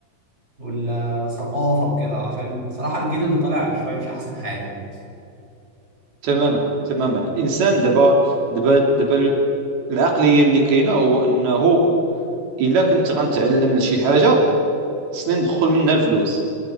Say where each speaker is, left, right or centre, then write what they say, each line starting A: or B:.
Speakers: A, on the right (about 15°); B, on the right (about 80°).
A: والثقافة وكده عشان صراحة الجيل اللي طالع شوية مش أحسن حاجة
B: تماما تماما الانسان دابا دابا دابا العقليه اللي كاينه هو انه الا كنت غنتعلم لشي حاجه خصني ندخل منها الفلوس